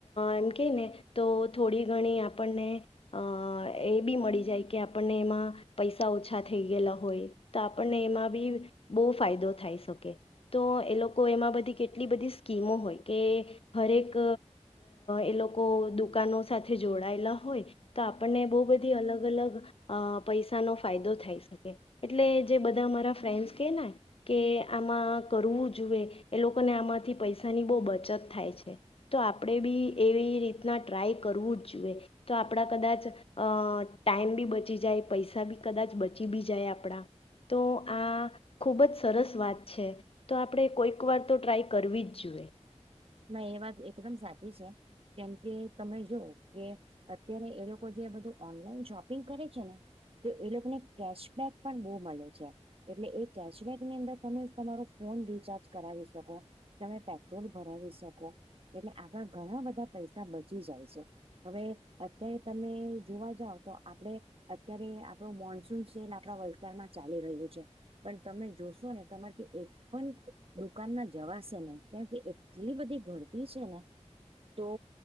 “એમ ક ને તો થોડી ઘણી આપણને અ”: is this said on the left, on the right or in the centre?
Left